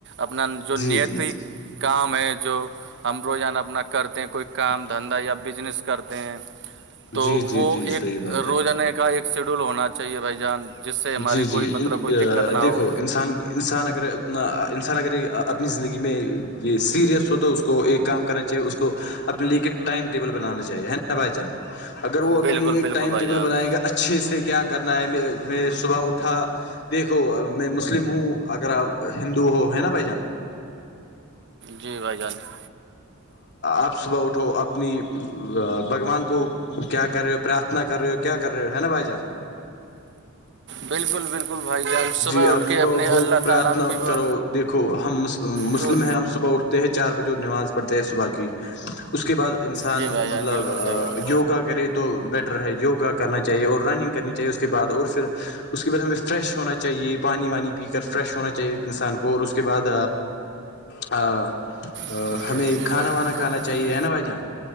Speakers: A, on the right; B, on the left.
A: اپنا جو
B: جی
A: نیت
B: جی جی
A: کام ہے جو ہم روزانہ اپنا کرتے ہیں کوئی کام دھندا یا بزنس کرتے ہیں تو
B: جی جی
A: وہ
B: جی صحیح
A: ایک
B: بات
A: روزانہ
B: ہے
A: کا ایک شیڈول ہونا چاہیے بھائی جان جس سے ہمارے
B: جی جی
A: کوئی مطلب کوئی دقت نہ ہو
B: دیکھو انسان انسان اگر اتنا انسان اگر اپنی زندگی میں یہ سیریس ہو تو اس کو ایک کام کرنا چاہیے اس کو اپنے لے ٹائم ٹیبل بنانا چاہیے نا بھائی جان اگر وہ اپنے
A: بالکل
B: لیے ایک
A: بالکل
B: ٹائم
A: بھائی
B: ٹیبل
A: جان
B: بنائے گا اچھے سے کیا کرنا ہے میں صبح اٹھا دیکھو میں مسلم ہوں اگر آپ ہندو ہو ہے نا بھائی جان
A: جی بھائی جان جی
B: آپ صبح اٹھو اپنی بھگوان کو کیا کر رہے ہو پرارتھنا کر رہے ہو کیا کر رہے ہو ہے نا بھائی جان
A: بالکل بالکل بھائی جان
B: جی آپ
A: اٹھ کے
B: صبح
A: اپنے
B: اٹھو
A: اللہ
B: پرارتھنا
A: تعالیٰ کی وہ
B: کرو دیکھو ہم مسلم
A: جو
B: ہیں ہم صبح اٹھتے ہیں چار بجے وہ نماز پڑتے ہے صبح کی اس کے بعد انسان
A: جی بھائی جان
B: مطلب
A: بالکل صحیح بات
B: یوگا کرت تو بیٹر ہے یگا کرنا چاہیے اور رنگ کرنی چاہیے اس کے بعد اور پھر اس کے بعد ہمیں فریش ہونا چاہیے چاہیے پانی وانی پی کر فریش ہونا چاہیے انسان کو اور اس کے بعد ا
A: ہے جی
B: ہمیں
A: جی
B: کھانا
A: بھائی جان
B: وانا کھانا
A: بالکل
B: چاہیے ہے نا بھائی جان